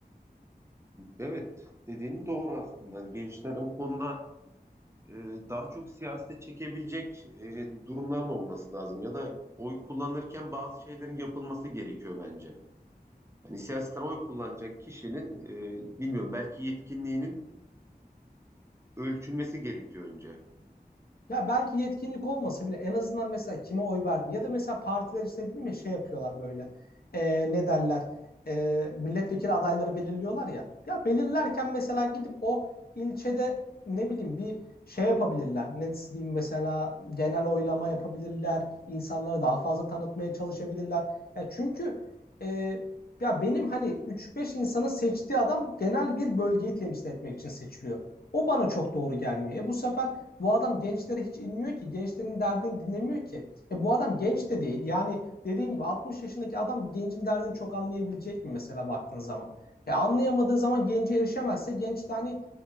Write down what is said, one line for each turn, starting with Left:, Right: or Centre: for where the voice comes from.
Right: Evet, dediğin doğru aslında. Hani gençler o konuda e, daha çok siyasete çekebilecek e, durumların olması lazım ya da oy kullanırken bazı şeylerin yapılması gerekiyor bence. Hani siyasetten oy kullanacak kişinin e, bilmiyorum belki yetkinliğinin ölçülmesi gerekiyor önce.
Left: Ya belki yetkinlik olmasa bile en azından mesela kime oy verdi ya da mesela partiler işte dedim ya şey yapıyorlar böyle Ee, ne derler Ee, milletvekili adayları belirliyorlar ya ya belirlerken mesela gidip o ilçede ne bileyim bir şey yapabilirler ne diyeyim mesela genel oylama yapabilirler insanlara daha fazla tanıtmaya çalışabilirler ya çünkü e, ya benim hani üç beş insanın seçtiği adam genel bir bölgeyi temsil etmek için seçiliyor o bana çok doğru gelmiyor e bu sefer bu adam gençlere hiç inmiyor ki. Gençlerin derdini dinlemiyor ki. E bu adam genç de değil. Yani dediğin gibi 60 yaşındaki adam gencin derdini çok anlayabilecek mi mesela baktığın zaman? E anlayamadığı zaman gence erişemezse genç de hani